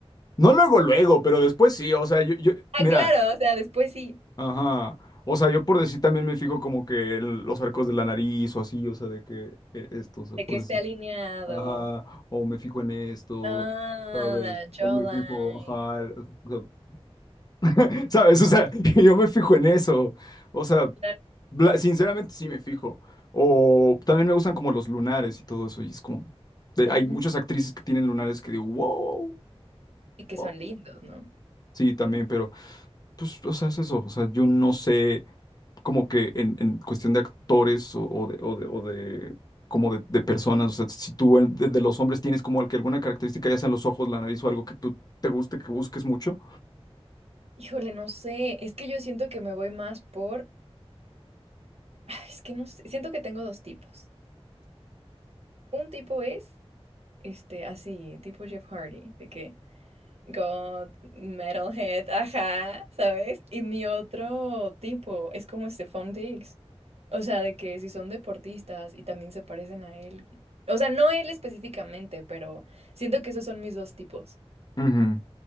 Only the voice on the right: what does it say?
Ah,
claro, o sea, después sí,
de
que esté
alineado.
Ah,
la jawline.
Claro.
Ah,
y que
son lindos, ¿no?
Híjole, no sé, es que yo siento que me voy más por... <sighs> Es que no sé, siento que tengo dos tipos. Un tipo es, este, así, tipo Jeff Hardy, de que... God, metalhead, ajá, ¿sabes? Y mi otro tipo es como Stephon Diggs. O sea, de que si son deportistas y también se parecen a él. O sea, no él específicamente, pero siento que esos son mis dos tipos.